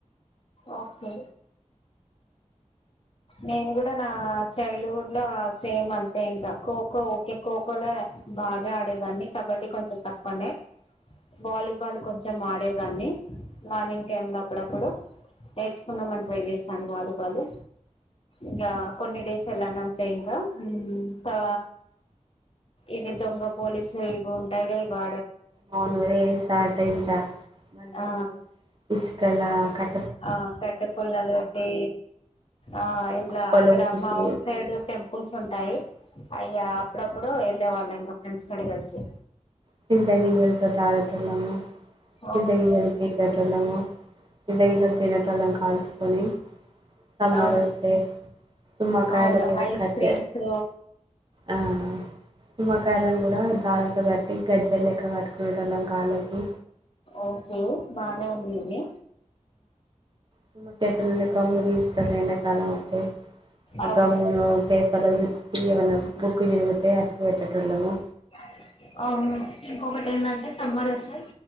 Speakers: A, on the left; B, on the right.
A: ఓకే నేను హ్ గు డా నా చైల్డ్ హుడ్ లో సేమ్ అంతే ఇంకా ఖోఖో ఓకే ఖోఖో లోనే బాగా ఆడే డే దాన్ని కబడ్డి కొంచెం తక్కువనే. వాలీబాల్ కొంచెం ఆడేదాన్ని మార్నింగ్ టైమ్ లో అప్పుడప్పుడు. నేర్చుకుందమని ట్రై చేస్తాను వాలీ బాలూ. ఇకా కొన్ని డేస్ ఎల్లానంతే ఇంకా. కా ఇది దొంగ పోలీస్ ఇవుంటాయిగా ఇవా
B: అవునుస ట ఇంత మళ్ళీ
A: ఆ
B: ఇసుకల కట్
A: ఆ కట్టే పుల్లలు పెట్టి ఆ ఇలా
B: కుప్పలు
A: అక్కడ
B: పోసి
A: మా ఊరి సైడ్ టెం స్కూల్స్ ఉంటాయి అయ అప్పుడప్పుడు వెళ్ళే వాళ్ళం, ఇంకా ఫ్రెండ్స్ గడ కలిసి.
B: చింత గంగలుతోటి ఆడటలము చింతగిజలు
A: అవునవును
B: తిగేటోళ్ళము చింతగిజలు తినటోళ్ళం కాలుసుకొని సమరస్తే
A: అవును అవును
B: తుమ కయల
A: అవును
B: దోటి
A: ఐస్
B: కచ
A: క్రీమ్స్
B: ఆ తుమ్మకాయలను కూడా దనంతో కట్టి గజ్జర్ లెక్క కట్టుకునేళ్ళ కాలకి
A: ఓకే బానే ఉందిది.
B: తు చేట నుం కమ్ముది ఇష్ట ఎంండడాకాలం అంతతే అగ
A: అవును
B: మూ పేపర్లు చుట్టి ఏమైన్నా బుక్ తిరిగితే ఎత్తుకు పెట్టేటళ్ళము.
A: అవును ఒకటి ఏంటంటే సమ్మర్ వస్తే